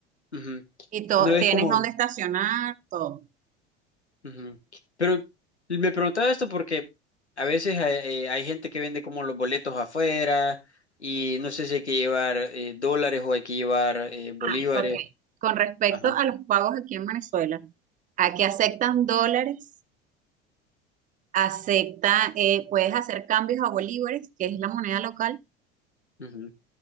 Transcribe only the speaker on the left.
Ujú.
No es
como...
ujú. Pero me preguntaba esto porque a veces hay, eh, hay gente que vende como los boletos afuera y no sé si hay que llevar eh, dólares o hay que llevar eh, bolívares.
Ajá.
Ujú,